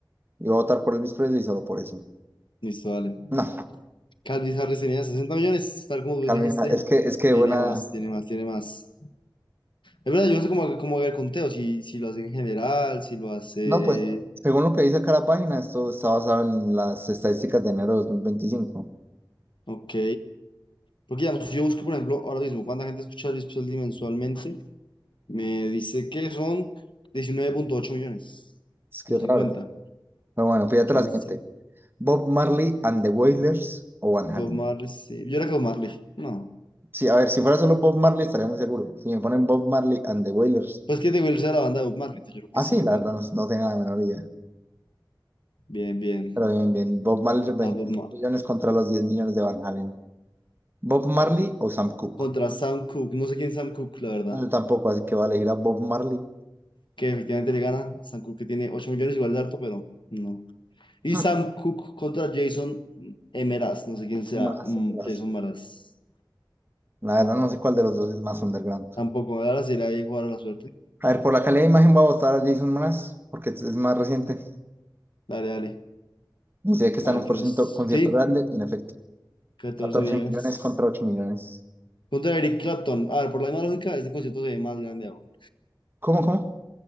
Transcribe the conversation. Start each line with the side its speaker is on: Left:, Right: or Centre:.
Right: Y voy a votar por Elvis Presley solo por eso.
Left: Listo, dale.
Right: No,
Left: Calvin Harris tenía 60 millones, tal como tú
Right: Calvin,
Left: dijiste,
Right: Ha- es que es que
Left: tiene
Right: buena.
Left: más, tiene más, tiene más. Es verdad, yo no sé cómo, cómo haga el conteo, si, si lo hace en general, si lo hace...
Right: No, pues según lo que dice acá la página, esto está basado en las estadísticas de enero de 2025.
Left: Ok. Porque digamos, si yo busco, por ejemplo, ahora mismo, cuánta gente escucha a Luis Pizzola mensualmente, me dice que son diecinueve punto ocho millones,
Right: Es que
Left: no
Right: es
Left: 50.
Right: raro. Pero bueno, fíjate
Left: ¿Quién
Right: la siguiente.
Left: sabe?
Right: Bob Marley and the Wailers o Van
Left: Bob
Right: Halen.
Left: Marley, sí. Yo era que Bob Marley, no.
Right: Sí, a ver, si fuera solo Bob Marley estaría muy seguro. Si me ponen Bob Marley and the Wailers.
Left: Pues que digo, él sea la banda de Bob Marley, entonces yo creo que
Right: Ah,
Left: sí,
Right: sí,
Left: igual.
Right: la verdad no, no tengo la menor idea.
Left: Bien, bien.
Right: Pero bien, bien. Bob Marley, 20
Left: Más Bob Marley.
Right: millones contra los 10 millones de Van Halen. ¿Bob Marley o Sam Cooke?
Left: Contra Sam Cooke, no sé quién es Sam Cooke, la verdad.
Right: No, Yo tampoco, así que voy a elegir a Bob Marley.
Left: que efectivamente le gana. Sam Cook que tiene 8 millones, igual de harto, pero no. Y
Right: <laughs>
Left: Sam Cook contra Jason Emeras, no sé quién sea,
Right: Más,
Left: mm,
Right: más.
Left: Jason Maras.
Right: La verdad no sé cuál de los dos es más underground.
Left: Tampoco, ahora sí le hay jugar a la suerte.
Right: A ver, por la calidad de imagen voy a votar a Jason Mraz, porque es es más reciente.
Left: Dale, dale.
Right: Y sé que está
Left: A
Right: en
Left: ver
Right: un concierto,
Left: qué nos.
Right: concierto
Left: Sí,
Right: grande, en efecto.
Left: 14
Right: catorce
Left: millones.
Right: millones contra ocho millones.
Left: Contra Eric Clapton. A ver, por la misma lógica, este concierto se ve más grande ahora.
Right: ¿Cómo, cómo?